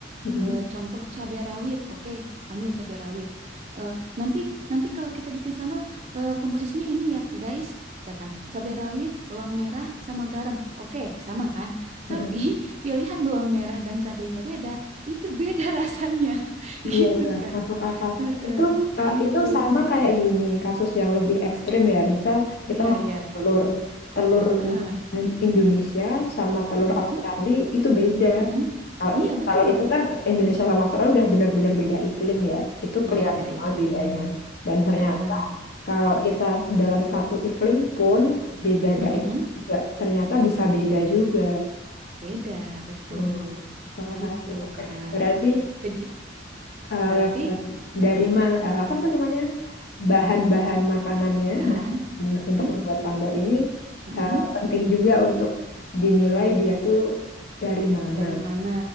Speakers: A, on the left (about 50°); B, on the right (about 35°).
A: Mm-mm.
B: Eh, contoh cabai rawit, oke, ambil cabai rawit. Eh, nanti nanti kalau kita bikin sambal eh, komposisinya ini ya, guys. Misalkan cabai rawit, bawang merah sama garam. Oke, sama kan? Tapi
A: Mm-mm.
B: <laughs> pilihan bawang merah dan cabainya beda, itu beda rasanya. <laughs>
A: Iya,
B: Gitu,
A: ya
B: Kak.
A: masuk akal.
B: Heeh,
A: Itu ka-
B: gitu.
A: itu sama kayak gini, kasus yang lebih ekstrim ya. Misal kita
B: Ya,
A: ngomong
B: ya.
A: telur, telur
B: Heeh.
A: Indonesia sama telur
B: Mm-mm,
A: Australia itu beda.
B: mm-mm.
A: Kalau
B: Iya, betul.
A: kalau itu kan Indonesia sama Australia udah benar-benar beda iklim ya. Itu
B: Iya,
A: kelihatan
B: beda iklim.
A: banget bedanya. Dan ternyata
B: Heeh.
A: kalau kita dalam satu iklim pun beda
B: Mm-mm.
A: daerah juga, ternyata bisa beda juga.
B: Beda, betul.
A: Hmm, masuk
B: Gitu,
A: akal sih. Oke.
B: Kak.
A: Berarti
B: Kej-
A: eh,
B: Berarti
A: dari ma- eh, apa sih namanya bahan-bahan makanannya
B: bahan
A: bahan
B: mm,
A: untuk membuat sambal ini
B: mm,
A: eh, penting juga untuk dinilai dia tuh dari mana.
B: dari mana,